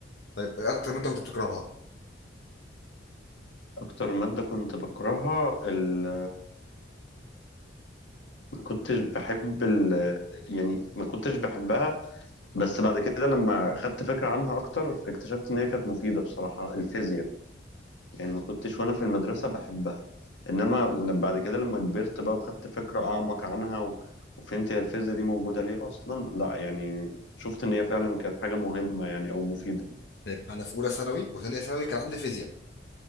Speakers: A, on the left; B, on the left.
A: طيب إيه اكتر ماده كنت بتكرهها
B: اكتر مادة كنت بكرهها ال ما كنتش بحب ال يعني ما كنتش بحبها بس بعد كده لما خدت فكرة عنها أكتر اكتشفت إن هي كانت مفيدة بصراحة الفيزياء يعني ما كنتش وأنا في المدرسة بحبها إنما لما- بعد كده لما كبرت بقى وخدت فكرة أعمق عنها و- وفهمت هي الفيزياء دي موجودة ليه أصلا لا يعني شفت إن هي فعلا كانت حاجة مهمة يعني أو مفيدة
A: طيب انا في اولى ثانوي وثانيه ثانوي كان عندي فيزياء